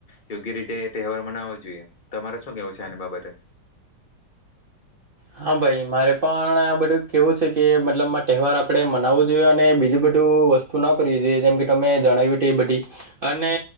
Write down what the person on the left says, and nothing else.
યોગ્ય રીતે તહેવાર મનાવવો જોઈએ તમારે શું કેવું છે આને બાબતે.